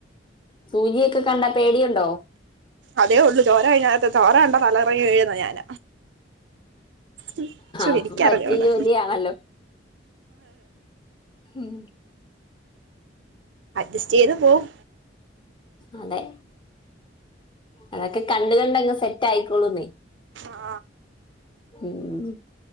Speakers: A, on the left; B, on the right.
A: സൂചിയൊക്കെ കണ്ട പേടിയുണ്ടോ
B: അതേ ഒള്ളു ചോര കഴിഞ്ഞ കത്ത് ചോര കണ്ട തല കറങ്ങി വീഴുന്ന ഞാന ഉം ചോ
A: അപ്പൊ
B: എനിക്ക
A: പറ്റിയ
B: റിഞ്ഞോടാ
A: ജോലിയാണല്ലോ ഉം
B: അഡ്ജസ്റ്റ് ചെയ്ത് പോവും
A: അതെ അതൊക്കെ കണ്ട് കണ്ടങ്ങ് സെറ്റ് ആയിക്കോളൂന്നേ.
B: ആ
A: ഉം